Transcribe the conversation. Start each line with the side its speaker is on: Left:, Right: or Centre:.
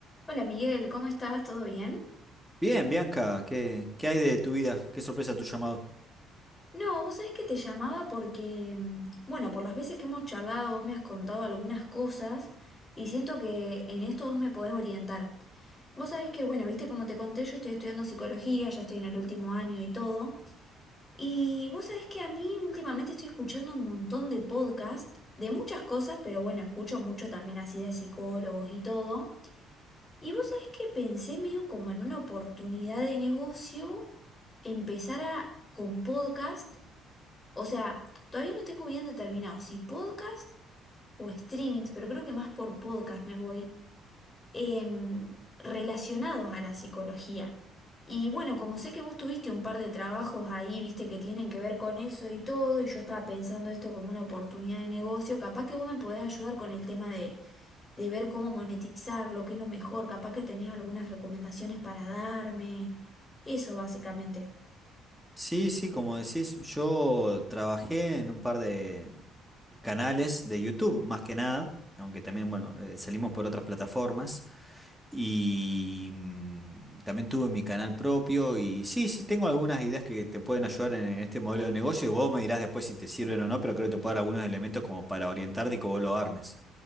Left: Hola Miguel, ¿cómo estás? ¿Todo bien?
Centre: Bien, Bianca, ¿qué, qué hay de tu vida? ¿Qué sorpresa tu llamado?
Left: No, vos sabés que te llamaba porque, mm, bueno, por las veces que hemos charlado, vos me has contado algunas cosas y siento que en esto vos me podés orientar. Vos sabés que, bueno, viste como te conté, yo estoy estudiando psicología, ya estoy en el último año y todo. Y vos sabés que a mí últimamente estoy escuchando un montón de podcasts de muchas cosas, pero bueno, escucho mucho también así de psicólogos y todo. Y vos sabés que pensé medio como en una oportunidad de negocio, empezar a, con podcast, o sea, todavía no tengo bien determinado si podcast o streamings, pero creo que más por podcast me voy, em, relacionados a la psicología. Y bueno, como sé que vos tuviste un par de trabajos ahí, viste, que tienen que ver con eso y todo, y yo estaba pensando esto como una oportunidad de negocio, capaz que vos me podés ayudar con el tema de de ver cómo monetizar, lo que es lo mejor, capaz que tenés algunas recomendaciones para darme, eso básicamente.
Centre: Sí, sí, como decís, yo trabajé en un par de canales de YouTube, más que nada, aunque también, bueno, eh, salimos por otras plataformas. Y mm, también tuve mi canal propio y sí, sí, tengo algunas ideas que te pueden ayudar en, en este modelo de negocio y vos me dirás después si te sirven o no, pero creo que te puedo dar algunos elementos como para orientarte y que vos lo armes.